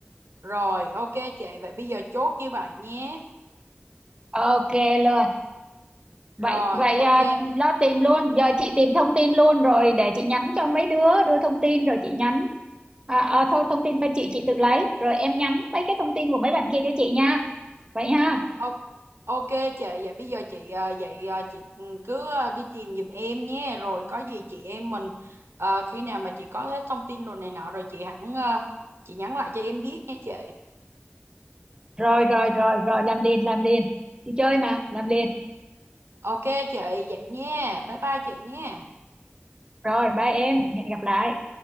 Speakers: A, on the right; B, on the right.
A: Rồi ok chị, vậy bây giờ chốt như vậy nhé.
B: ok luôn
A: Rồi
B: vậy vậy
A: ok.
B: à, lo tìm luôn giờ chị tìm thông tin luôn rồi để chị nhắn cho mấy đứa đưa thông tin rồi chị nhắn à, à, thôi thông tin bên chị chị tự lấy rồi em nhắn mấy cái thông tin của mấy bạn kia cho chị nha vậy ha
A: Ô- Ok chị, vậy bây giờ chị à, vậy à, chị ừ, cứ à, đi tìm giùm em nhé, rồi có gì chị em mình à, khi nào mà chị có hết thông tin rồi này nọ rồi chị hẳn à, chị nhắn lại cho em biết nha chị.
B: rồi rồi rồi rồi làm liền làm liền đi chơi mà làm liền
A: Ok chị, vậy nha, bye bye chị nha.
B: rồi bye em hẹn gặp lại